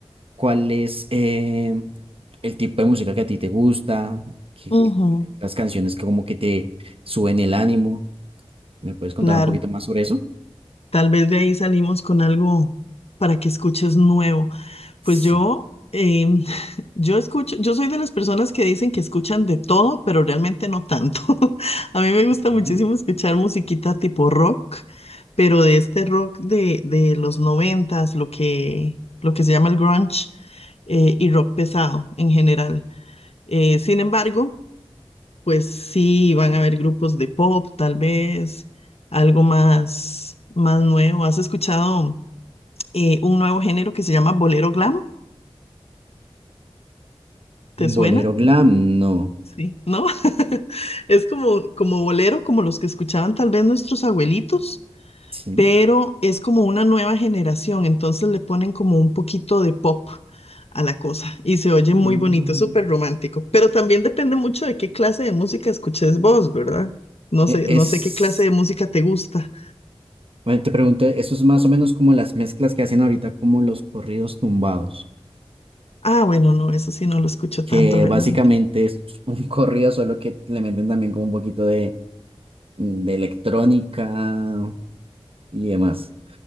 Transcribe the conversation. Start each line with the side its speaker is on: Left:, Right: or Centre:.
Right: cuál es eh, el tipo de música que a ti te gusta, qué-
Left: ujú,
Right: qué- cuáles las canciones que como que te suben el ánimo. ¿Me puedes contar
Left: claro,
Right: un poquito más sobre eso?
Left: tal vez de ahí salimos con algo para que escuches nuevo.
Right: Sí.
Left: Pues yo, em, <laughs> yo escucho, yo soy de las personas que dicen que escuchan de todo, pero realmente no tanto. <laughs> A mí me gusta
Right: Ok.
Left: muchísimo escuchar musiquita tipo rock, pero de este rock de, de los noventas, lo que, lo que se llama el grunge, eh, y rock pesado en general. Eh, sin embargo, Pues sí, van a haber grupos de pop, tal vez, algo más, más nuevo. ¿Has escuchado eh, un nuevo género que se llama bolero glam? ¿Te suena?
Right: Bolero glam, no.
Left: Sí, ¿no? <laughs> Es como, como bolero, como los que escuchaban tal vez nuestros abuelitos,
Right: Sí.
Left: pero es como una nueva generación, entonces le ponen como un poquito de pop a la cosa y se oye muy
Right: Mm,
Left: bonito, es súper romántico, pero también depende mucho de qué clase de música escuches vos, ¿verdad? No
Right: e-
Left: sé,
Right: Es,
Left: no sé qué clase de música te gusta.
Right: bueno, te pregunto, eso es más o menos como las mezclas que hacen ahorita, como los corridos tumbados,
Left: Ah, bueno, no, eso sí no lo escucho
Right: que
Left: tanto realmente.
Right: básicamente es un <laughs> corrido, solo que le meten también como un poquito de, de electrónica y demás.